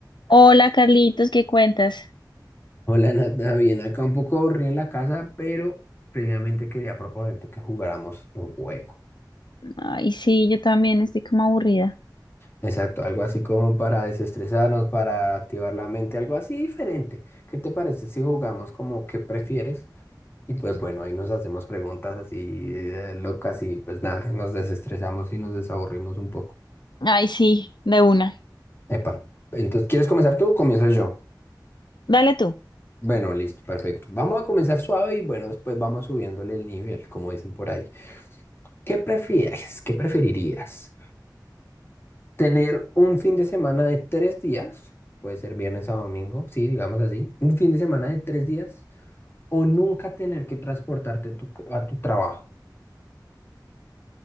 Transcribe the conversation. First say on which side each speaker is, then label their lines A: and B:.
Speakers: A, on the left; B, on the left.
A: Hola Carlitos, ¿qué cuentas?
B: Hola Nata, bien, acá un poco aburrido en la casa, pero previamente quería proponerte que jugáramos un juego.
A: Ay, sí, yo también estoy como aburrida.
B: Exacto, algo así como para desestresarnos, para activar la mente, algo así diferente. ¿Qué te parece si jugamos como qué prefieres? Y pues bueno, ahí nos hacemos preguntas así eh, locas y pues nada, nos desestresamos y nos desaburrimos un poco.
A: Ay, sí, de una.
B: Epa, entonces, ¿quieres comenzar tú o comienzo yo?
A: Dale tú.
B: Bueno, listo, perfecto. Vamos a comenzar suave y bueno, después vamos subiéndole el nivel, como dicen por ahí. ¿Qué prefieres? ¿Qué preferirías? ¿Tener un fin de semana de tres días? Puede ser viernes a domingo, sí, digamos así. Un fin de semana de tres días. O nunca tener que transportarte a tu, a tu trabajo.